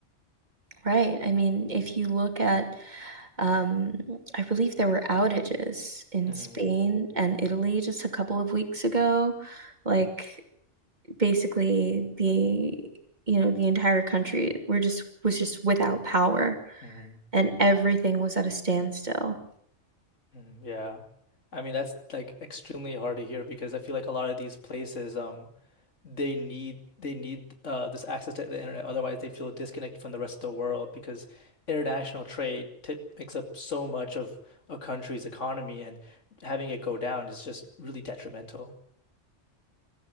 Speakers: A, on the right; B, on the left.
A: Right. I mean, if you look at, um, I believe there were outages in
B: hmm
A: Spain and Italy just a couple of weeks ago. Like basically the you know the entire country were just was just without power
B: hmm
A: and everything was at a standstill
B: Mm, yeah. I mean, that's like extremely hard to hear because I feel like a lot of these places, um, they need they need uh this access to the internet. Otherwise, they feel disconnected from the rest of the world because international trade t makes up so much of a country's economy, and having it go down is just really detrimental.